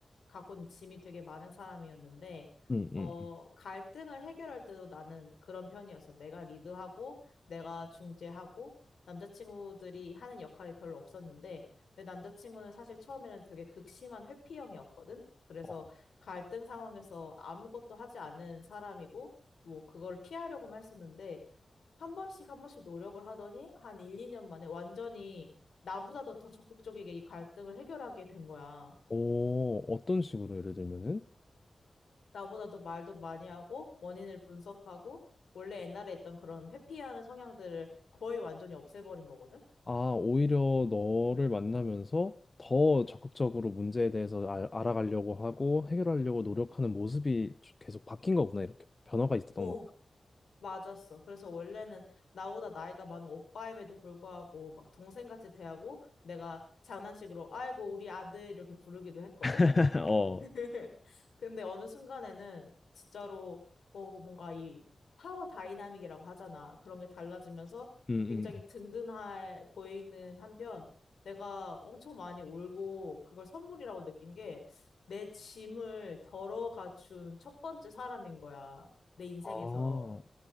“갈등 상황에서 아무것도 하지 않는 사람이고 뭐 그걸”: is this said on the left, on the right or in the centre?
Left